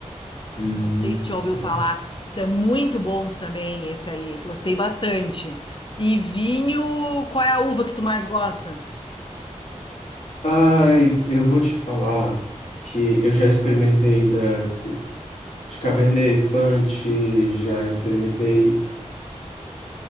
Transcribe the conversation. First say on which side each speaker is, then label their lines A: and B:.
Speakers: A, on the left; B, on the left.
A: Hum,
B: Não sei se te ouviu
A: tomate.
B: falar, são muito bons também esse aí, gostei bastante. E vinho, qual é a uva que tu mais gosta?
A: Ai, eu vou te falar que eu já experimentei da de Cabernet Franc, já experimentei